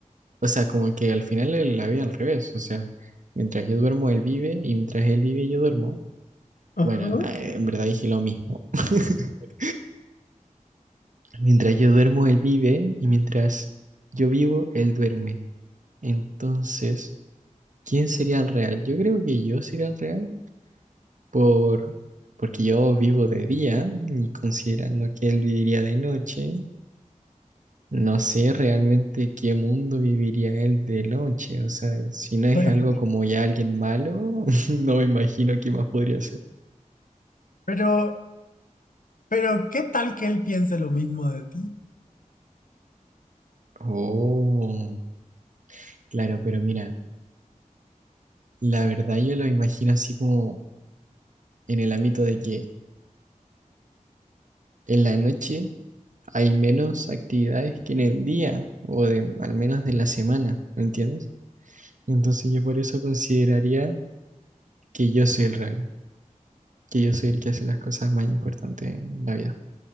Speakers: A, on the right (about 65°); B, on the left (about 80°).
A: o sea, como que al final el- la vida al revés. O sea, mientras yo duermo, él vive, y mientras él vive, yo duermo.
B: Ajá.
A: Bueno, ah, en verdad dije lo mismo. <laughs> Mientras yo duermo, él vive y mientras yo vivo, él duerme. Entonces, ¿quién sería el real? Yo creo que yo sería el real por porque yo vivo de día y considerando que él viviría de noche, no sé realmente qué mundo viviría él de noche. O sea, si no es
B: <laughs>
A: algo como ya alguien malo, <laughs> no me imagino qué más podría ser.
B: Pero, pero, ¿qué tal que él piense lo mismo de ti?
A: Oh, claro, pero mira, la verdad yo lo imagino así como en el ámbito de que en la noche hay menos actividades que en el día o de, al menos de la semana, ¿me entiendes? Entonces yo por eso consideraría que yo soy el real, que yo soy el que hace las cosas más importantes en la vida.